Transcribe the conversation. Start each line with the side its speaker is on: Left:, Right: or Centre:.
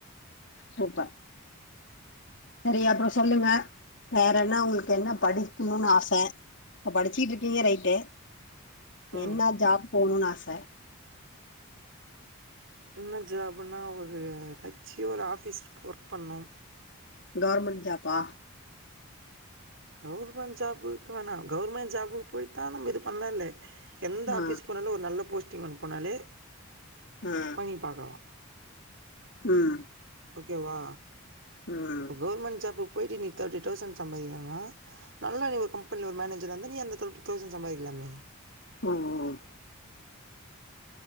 Left: சூப்பர் சரி அப்புறோ சொல்லுங்க வேற என்ன உங்களுக்கு என்ன படிக்கிணுனு ஆச இப்ப படிச்சிகிட்ருக்கீங்க ரைட்டு
Right: ம்
Left: என்ன ஜாப் போணூனு ஆச
Right: என்ன ஜாப்புன்னா ஒரு ஏதாச்சு ஒரு ஆஃபீஸ் ஒர்க் பண்ணூ
Left: கவர்மெண்ட் ஜாபா
Right: கவுர்மெண்ட் ஜாபுக்கு வேணா கவுர்மெண்ட் ஜாபுக்கு போயி தா நம்ம இது பண்ண இல எந்த
Left: ஆ
Right: ஆஃபீஸ் போனாலே ஒரு நல்ல போஸ்டிங் வந்து போனாலே
Left: ஆ
Right: மணி பாக்கலா
Left: ம்
Right: ஓகேவா
Left: ம்
Right: இப்ப கவுர்மெண்ட் ஜாப்புக்கு போயிட்டு நீ தேர்ட்டி தௌசண்ட் சம்பாதிக்கிறிங்கனா நல்லா நீ ஒரு கம்பெனில ஒரு மேனேஜரா இருந்தா நீ அந்த தேட்டி தௌசண்ட் சம்பாதிக்கலாமே
Left: ம் ம்